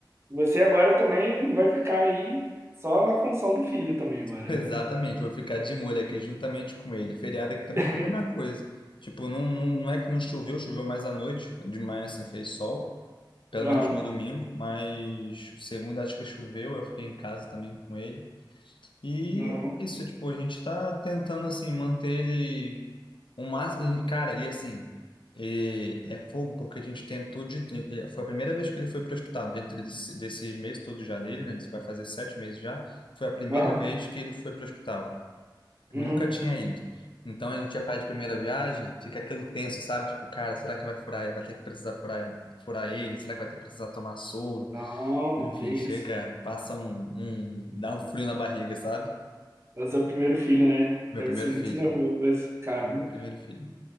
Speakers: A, on the right; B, on the left.
A: Você agora também vai ficar aí só na função do filho também agora,
B: Exatamente,
A: né?
B: vou ficar de molho aqui juntamente com ele. Feriado aqui também
A: <laughs>
B: foi a mesma coisa. Tipo, não, não, não é que não choveu, choveu mais à noite, de manhã assim fez sol, pelo menos
A: Aham,
B: no domingo, mas segunda acho que choveu, eu fiquei em casa também com ele. E
A: aham,
B: é isso, tipo, a gente tá tentando assim manter ele o máximo. e, Cara, e assim, e é fogo porque a gente tentou de. e- e Foi a primeira vez que ele foi pro hospital, dentro desse, desses meses todos já dele, né? Isso vai fazer sete meses já. Foi a primeira
A: aham,
B: vez que ele foi pro hospital.
A: uhum.
B: Nunca tinha ido. Então a gente ia para de primeira viagem, fica aquilo tenso, sabe? Tipo, cara, será que vai furar, vai ter que precisar furar, furar ele? Será que vai ter que precisar tomar soro?
A: Não,
B: Enfim,
A: que isso.
B: chega, passa um, um, dá um frio na barriga, sabe?
A: É o seu primeiro filho, né?
B: Meu
A: Deve
B: primeiro
A: ser muito
B: filho.
A: nervoso, caramba.
B: Meu primeiro filho.